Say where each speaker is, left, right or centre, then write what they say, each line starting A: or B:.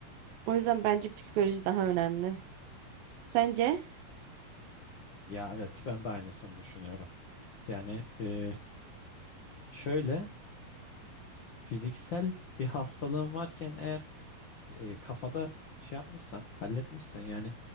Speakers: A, on the right (about 80°); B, on the left (about 75°).
A: O yüzden bence psikoloji daha önemli. Sence?
B: Ya evet, ben de aynısını düşünüyorum. Yani e, şöyle, fiziksel bir hastalığın varken eğer e, kafada şey yapmışsan, halletmişsen yani